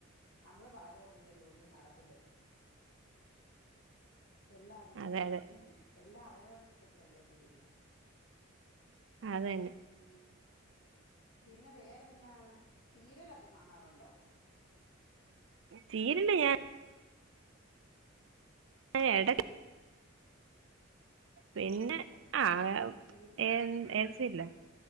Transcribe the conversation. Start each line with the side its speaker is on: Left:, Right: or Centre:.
Left: നമ്മള് പറയത് പോലെല്ലല്ലോ ഒന്ന് നടക്കന്നെ എല്ലാ അ <unintelligible>
Right: അതെ അതെ
Left: എല്ലാം അവര അവരെ ഇഷ്ടത്തിലല്ലേ ചെയ്യുന്നേ
Right: അത് തന്നെ
Left: ഉം പിന്നെ വേറെന്താണ് സീരിയലൊക്കെ കാണാറുണ്ടോ
Right: സീരിയല് ഞാൻ ആ എടക്ക പിന്നെ
Left: ആഹ് ഇപ്പൊ
Right: ആ <unintelligible>
Left: സീരി
Right: <unintelligible>